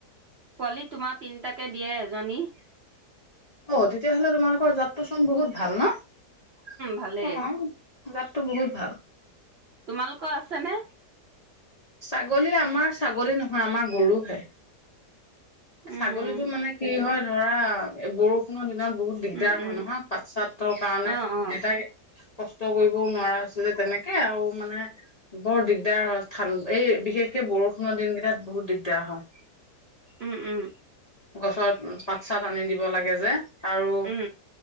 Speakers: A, on the right; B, on the left.
A: পোৱালি তোমাৰ তিনিটাকে দিয়ে এজনী ।
B: অ 'তেতিয়াহ'লে তোমালোকৰ যাত তোৰ চোন বহুত ভাল ন?
A: ভালে
B: অ জাতটো বহুত ভাল।
A: তোমালোকৰ আছে নে?
B: ছাগলী আমাৰ ছাগলী নহয় আমাৰ গৰুহে ।
A: উম
B: ছাগলীটো মানে কি হয় ধৰা এই বৰষুণৰ দিনত বহুত দিগদাৰ
A: উম
B: হয়
A: উম
B: নহয় পাত চাতৰ কাৰণে
A: অ অ
B: দেতাই কষ্ট কৰিবও নোৱাৰা হৈছে যে তেনেকে আৰু মানে বৰ দিগদাৰ হয়। থান এই বিশেষকে বৰষুণৰ দিনকেইটাত বহুত দিগদাৰ হয়।
A: উম উম
B: গছৰ উ' পাত চাত আনি দিব লাগে যে। আৰু
A: উম